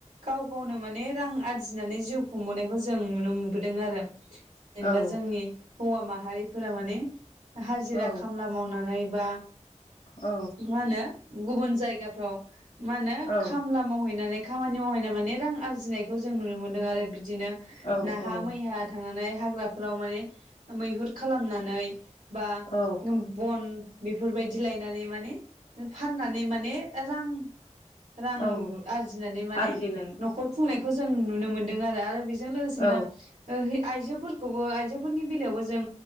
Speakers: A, on the right (about 85°); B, on the left (about 70°).
A: गाव गावनो माने रां आरजिनानै जिउ खुंबोनायखौ जों नुनो मोनबोदों आरो जेनेबा
B: औ
A: जोंनि हौवा माहारिफोरा माने हाजिरा
B: औ
A: खामला मावनानै बा
B: औ
A: मा होनो गुबुन जायगाफ्राव मा होनो
B: औ
A: खामला मावहैनानै खामानि मावहैनाय माने रां आरजिनायखौ जों नुनो मोन्दों आरो बिद दिनो
B: औ
A: नाहा
B: औ
A: मैहा थांना नाय हाग्रा फ्राव माने मैहुर खालामनानै बा
B: औ
A: नब बन बेफोरबायद दि लायनानै माने ओ फाननानै माने रां रां
B: औ
A: आरजिनानै माने
B: आरजिनाय
A: न'खर खुंनायखौ ज जों नुनो मोनदों आरो आरो बिज जों लोगोसेनो
B: औ
A: ओ है आइजोफोरखौबो आइजोफोरनि बेलायावबो जों